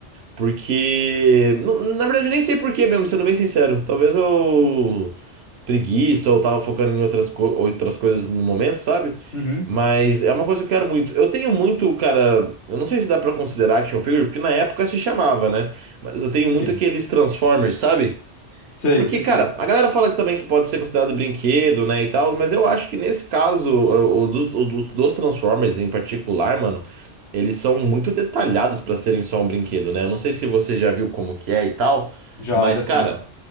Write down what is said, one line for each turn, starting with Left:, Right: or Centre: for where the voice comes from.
Right: Porque. nu- Na verdade, eu nem sei por quê mesmo, sendo bem sincero. Talvez eu. Preguiça, ou tava focando em outras, co- outras coisas no momento, sabe?
Left: Uhum,
Right: Mas é uma coisa que eu quero muito. Eu tenho muito, cara. Eu não sei se dá pra considerar action figure, porque na época se chamava, né? Mas eu tenho
Left: sim.
Right: muito aqueles Transformers, sabe?
Left: Sei,
Right: Porque,
Left: sei
Right: cara,
Left: sim.
Right: a galera fala também que pode ser considerado brinquedo, né, e tal, mas eu acho que nesse caso, o, o dos, o dos- dos Transformers em particular, mano, eles são muito detalhados pra serem só um brinquedo, né? Eu não sei se você já viu como que é e tal,
Left: Já,
Right: mas,
Left: já
Right: cara,
Left: sim.